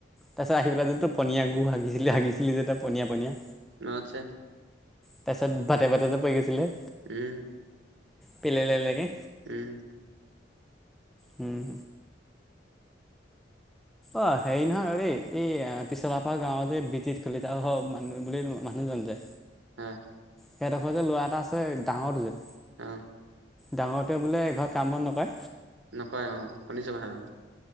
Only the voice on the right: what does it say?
মনত আছে
উম
উম।
আহ
আহ
নকয় অ শুনি চাবা আৰু